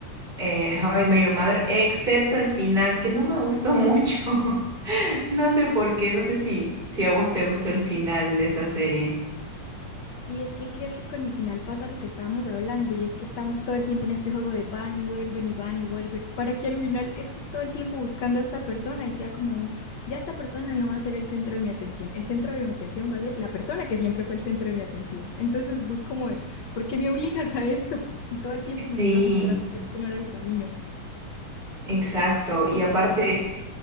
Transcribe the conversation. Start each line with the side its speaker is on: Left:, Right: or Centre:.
Right: eh, How I Met Your Mother, excepto el final, que no me gustó mucho. <laughs> No sé por qué, no sé si, si a vos te gustó el final de esa serie.
Left: Y es que creo que con el final pasa lo que estábamos hablando, y es que estamos todo el tiempo en este juego de van y vuelven y van y vuelven, para que al final estés todo el tiempo buscando a esta persona y sea como un, ya esta persona no va a ser el centro de mi atención, el centro de mi atención va a ser la persona que siempre fue el centro de mi atención. Entonces busco como, de, ¿por qué me obligas a esto? <laughs> Si todo el tiempo
Right: Sí,
Left: me estabas mostrando que este no era el camino.
Right: exacto. Y aparte,